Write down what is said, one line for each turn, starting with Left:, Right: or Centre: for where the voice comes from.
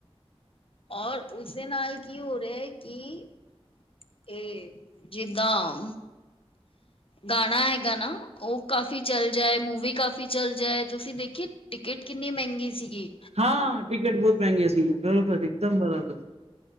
Left: ਔਰ ਉਸਦੇ ਨਾਲ ਕੀ ਹੋ ਰਿਆ ਐ ਕਿ ਤੇ ਜਿੱਦਾਂ ਗਾਣਾ ਹੈਗਾ ਨਾ ਓ ਕਾਫੀ ਚੱਲ ਜਾਏ ਮੂਵੀ ਕਾਫੀ ਚੱਲ ਜਾਏ ਤੁਸੀਂ ਦੇਖੀ ਟਿਕਟ ਕਿੰਨੀ ਮੈਂਗੀ ਸੀਗੀ।
Right: ਹਾਂ ਟਿਕਟ ਬੋਤ ਮੈਂਗੀਆਂ ਸੀਗੀਆਂ ਬਰਾਬਰ ਇੱਕਦਮ ਬਰਾਬਰ।